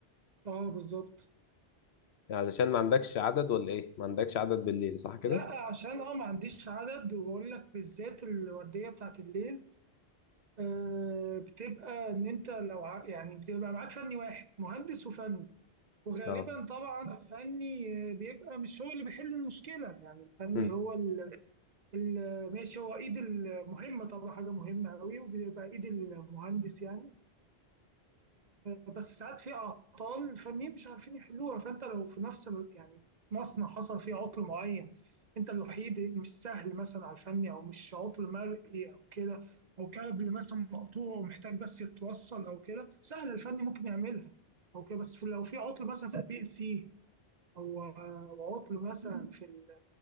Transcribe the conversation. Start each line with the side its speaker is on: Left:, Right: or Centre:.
Right: آه، بالظبط
Left: يعني علشان ما عندكش عدد ولا ايه؟ ما عندكش عدد بالليل صح كده؟
Right: لا عشان اه ما عنديش عدد وبقول لك بالذات الوردية بتاعت الليل آه، بتبقى ان انت لو ع- يعني بتبقى معاك فني واحد مهندس وفني وغالبا
Left: اه
Right: طبعا الفني آه، بيبقى مش هو اللي بيحل المشكله يعني الفني
Left: مم.
Right: هو ال- ال- ماشي هو ايد المهمه طبعا حاجه مهمه قوي وبيبقى ايد المهندس يعني بس ساعات في اعطال الفنيين مش عارفين يحلوها فانت لو في نفس ال... يعني مصنع حصل فيه عطل معين انت الوحيد مش سهل مثلا على الفني او مش عطل مرئي او كده او كابل مثلا مقطوع ومحتاج بس يتوصل او كده سهل الفني ممكن يعملها او كده بس في- لو في عطل مثلا في البي ال سي او أو عطل مثلا في ال...